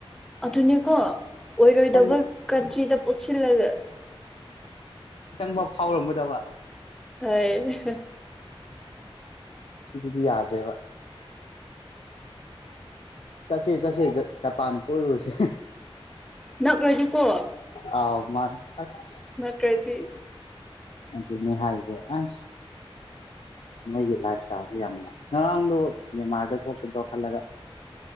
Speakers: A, in the centre; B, on the left (about 80°).
A: ꯑꯗꯨꯅꯦꯀꯣ ꯑꯣꯏꯔꯣꯏꯗꯕ
B: ꯈꯤꯇꯡꯕꯧ
A: ꯀꯟꯇ꯭ꯔꯤꯗ ꯄꯣꯛꯁꯤꯜꯂꯒ
B: ꯈꯤꯇꯪꯐꯥꯎ ꯐꯥꯎꯔꯝꯒꯗꯕ
A: ꯍꯣꯏ
B: ꯁꯤꯗꯤꯤꯗꯤ ꯌꯥꯗꯦꯕ ꯆꯁꯦ ꯆꯁꯦ ꯖꯄꯥꯟ ꯀꯔꯣꯁ
A: ꯅꯛꯔꯗꯤꯀꯣ
B: ꯑꯥꯎ ꯃꯥꯟ ꯑꯁ
A: ꯀꯗꯤ
B: <inaudible> ꯑꯗꯨꯅꯦ ꯍꯥꯏꯁꯦ ꯑꯁ ꯃꯣꯏꯒꯤ ꯂꯥꯏꯐ ꯁ꯭ꯇꯥꯜꯖꯦ ꯌꯥꯝꯅ ꯉꯔꯥꯡꯗꯣ ꯅꯦꯃꯥꯔꯗꯨ ꯊꯣꯛꯀꯤꯗ꯭ꯔꯣ ꯈꯜꯂꯒ